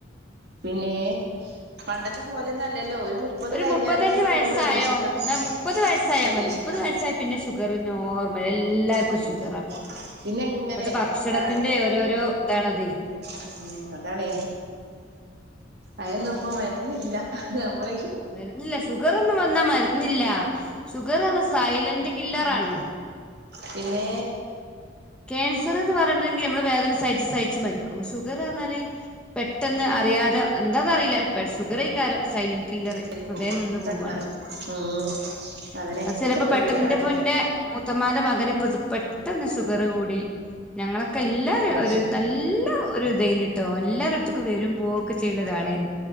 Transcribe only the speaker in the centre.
ഒരു
മുപ്പത്തഞ്ച്
വയസ്സായോ
എന്നാ മുപ്പത് വയസ്സായാൽ
മതി മുപ്പത് വയസ്സായ പിന്നെ ഷുഗർ നോർമൽ എല്ലാർക്കും
ഷുഗർ അപ്പം
ഇപ്പത്തെ ഭക്ഷണത്തിന്റെ ഓരോരോ ഇതാണതേ
<unintelligible>
മരുന്നില്ല ഷുഗർ ഒന്നും വന്നാ മരുന്നില്ല <unintelligible> <unintelligible> സൈലന്റ് കില്ലറാണ്
ക്യാൻസർ എന്ന് പറഞ്ഞിട്ടുണ്ടെങ്കിൽ നമ്മള് വേതന സഹച്ചു സഹിച്ചു മരിക്കും ഷുഗർ പറഞ്ഞാല് പെട്ടെന്ന് അറിയാതെ എന്താന്നറിയില്ല ഇപ്പ <unintelligible> സൈലന്റ് ചില്ലറെ
ഹൃദയം നിന്നു
പോവാണ്
അ ചിലപ്പോ
പെട്ടന്റെ <unintelligible> മുത്തമാന്റെ മകൻ ഇപ്പൊ പെട്ടെന്ന് ഷുഗർ കൂടി ഞങ്ങളൊക്കെ എല്ലാരും
ഒരു നല്ല ഒരു <unintelligible> ട്ടോ എല്ലാടത്തക്കും വരും പോവൊക്കെ ചെയ്യണ ഒരാളാണ്